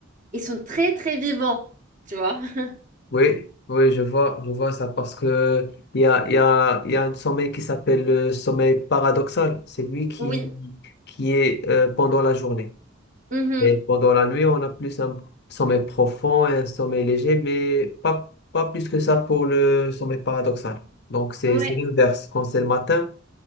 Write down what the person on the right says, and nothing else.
ils sont très très vivants, tu vois. <laughs>
Oui,
Mhm.
Ouais,